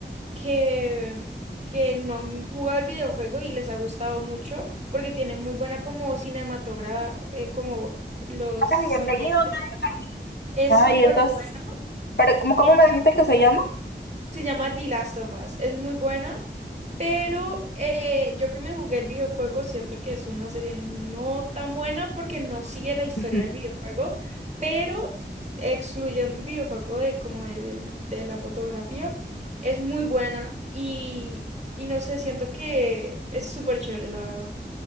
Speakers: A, on the right (about 40°); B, on the left (about 65°).
A: que, que no han jugado el videojuego y les ha gustado mucho porque tiene muy buena como cinematogra, eh, como los
B: Bienvenido,
A: ambientes.
B: Mike.
A: Es
B: Ah,
A: súper
B: y entonces,
A: bueno.
B: pero, ¿cómo, cómo
A: En-
B: me dijiste que se llama?
A: Se llama The Last of Us. Es muy buena, pero eh, yo que me jugué el videojuego siento que es una serie no tan buena porque no sigue la historia
B: <laughs>
A: del videojuego, pero excluyendo el videojuego de como de, del- de la fotografía, es muy buena y, y no sé, siento que es súper chévere, la verdad.